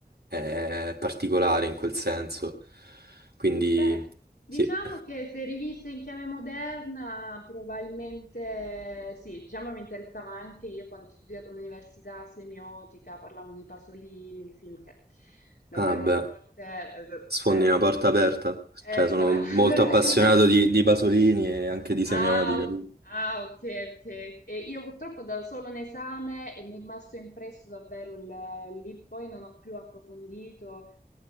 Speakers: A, on the right; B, on the left.
A: è particolare in quel senso. Quindi,
B: Beh, diciamo
A: sì.
B: che se rivista in chiave moderna, probabilmente sì, diciamo mi interessava anche io quando ho studiato all'università semiotica, parlavano di Pasolini, di film che davvero
A: Ah beh,
B: alle volte eh,
A: sfondi
B: beh,
A: una
B: sfor-
A: porta aperta.
B: eh,
A: Cioè,
B: sforava,
A: sono molto
B: <laughs> però
A: appassionato
B: erano
A: di, di Pasolini e anche di
B: Ah,
A: Semiotica.
B: o- ah, ok, ok. E io purtroppo ho dato solo un esame e mi è rimasto impresso davvero il... lì, poi non ho più approfondito.